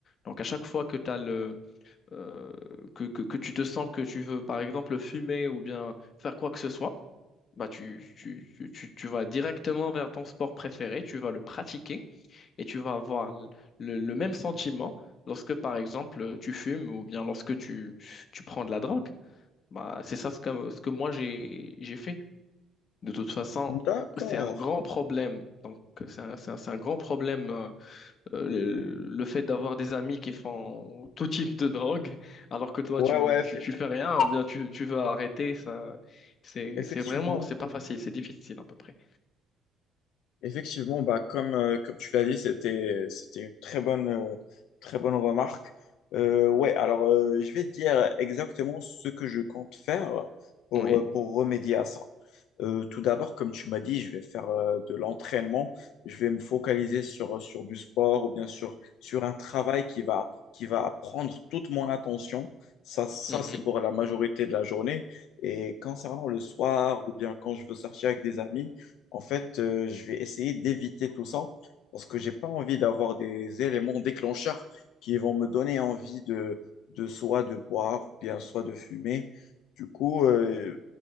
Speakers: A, on the left (about 45°); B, on the left (about 80°).
A: Donc, à chaque fois que, t'as le, euh, que, que, que tu te sens que tu veux, par exemple, fumer ou bien faire quoi que ce soit, bah tu, tu, tu, tu- tu vas directement vers ton sport préféré, tu vas le pratiquer et tu vas avoir l- le, le même sentiment lorsque, par exemple, tu fumes ou bien lorsque tu, tu prends de la drogue. Bah, c'est ça ce que, ce que moi j'ai, j'ai fait. De toute façon,
B: D'accord.
A: c'est un grand problème. Donc, c'est un, c'est un, c'est un grand problème euh, euh, le, le fait d'avoir des amis qui font tout type de drogue alors que toi,
B: Ouais,
A: tu,
B: ouais, eff-
A: tu, tu fais rien ou bien tu, tu veux arrêter. Ça, c'est,
B: effectivement.
A: c'est vraiment, c'est pas facile, c'est difficile à peu près.
B: Effectivement, bah, comme, euh, comme tu l'as dit, c'était, c'était une très bonne, euh, très bonne remarque. Euh, ouais, alors euh, je vais te dire exactement ce que je compte faire pour,
A: Oui,
B: euh, pour remédier à ça. Euh, tout d'abord, comme tu m'as dit, je vais faire euh, de l'entraînement. Je vais me focaliser sur, euh, sur du sport ou bien sur, sur un travail qui va, qui va prendre toute mon attention. Ça, ça,
A: mhm,
B: c'est pour la majorité de la journée. Et concernant le soir ou bien quand je veux sortir avec des amis, en fait, euh, je vais essayer d'éviter tout ça parce que j'ai pas envie d'avoir des éléments déclencheurs qui vont me donner envie de, de soit de boire ou bien soit de fumer. Du coup, euh,